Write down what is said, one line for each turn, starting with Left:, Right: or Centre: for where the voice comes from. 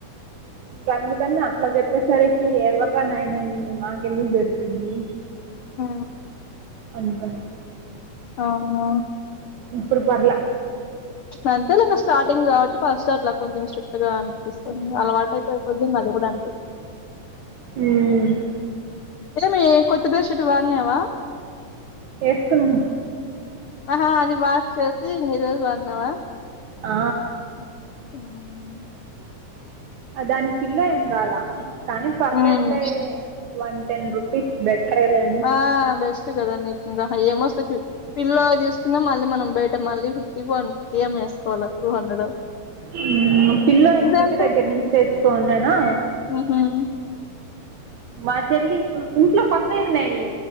Right: ఇంక అందుకని అట్లా చెప్పేసరికి ఎవర్రా నాయన ఇది మాకెందుకు దొరికింది
Left: ఆ
Right: అందుకని
Left: అవునా
Right: ఇప్పుడు పర్లే
Left: అంతేలే ఇంగా స్టార్టింగ్ కాబట్టి ఫస్ట్ అట్లా కొంచెం స్ట్రిక్ట్ గా అనిపిస్తుంది అలవాటు అయిపోయే కొద్ది అది కూడా అంతే
Right: మ్మ్
Left: ఏమి కొత్త బెడ్ షీట్ వాడినావా
Right: ఏసుకున్నాం
Left: ఆహా అది వాష్ చేసి ఈ రోజు వాడినావా
Right: ఆ
Left: హ్మ్
Right: దానికి పిల్లో ఏమి రాలా కానీ పర్లేదులే
Left: హ్మ్
Right: వన్ టెన్ రూపీస్ బెటర్ ఏలే
Left: ఆ బెస్ట్ కదా నీకు ఇంకా ఏమొస్తాయి పిల్లో తీసుకున్నా మళ్ళీ మనం బయట్ అంటే మళ్ళీ ఫిఫ్టీ వన్ ఫిఫ్టీ ఏమో వేసుకోవాళ్లా టూ హండ్రెడ్
Right: హ్మ్ పిల్లో ఇంకా
Left: ఇదెంత
Right: ఇంటి దగ్గర నుంచి తెచ్చుకోనున్నానా
Left: హ్మ్
Right: మా చెల్లి మ్ ఇంట్లో కొత్తవి ఉన్నాయి